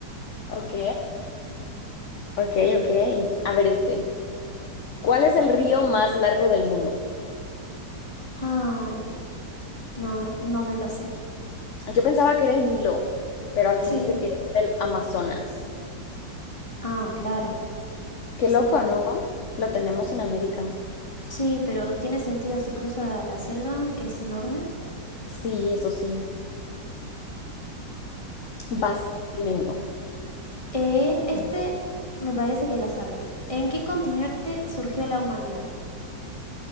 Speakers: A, on the left (about 50°); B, on the left (about 15°).
A: Ok, ok, ok. A ver este. ¿Cuál es el río más largo del mundo?
B: Ay, no, no me lo sé.
A: Yo pensaba que era el Nilo, pero aquí
B: Sí.
A: dice que es el Amazonas.
B: Ah, claro.
A: Qué
B: Sí,
A: loco, ¿no? Lo tenemos en América.
B: sí, pero tiene sentido si cruza la selva, que es enorme.
A: Sí, eso sí.
B: Bien.
A: Vas, dime uno.
B: Eh, este me parece que lo sabía. ¿En qué continente surgió la humanidad?